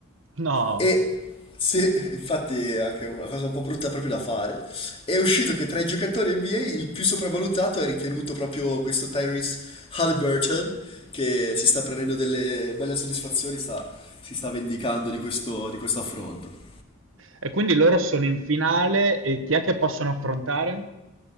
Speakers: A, on the right; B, on the left.
A: No.
B: E se, <laughs> infatti è anche una cosa un po' brutta proprio da fare, è uscito che tra i giocatori NBA il più sopravvalutato è ritenuto proprio questo Tyrese Halliburton, che si sta prendendo delle belle soddisfazioni, sta- si sta vendicando di questo, di questo affronto.
A: E quindi loro sono in finale e chi è che possono affrontare?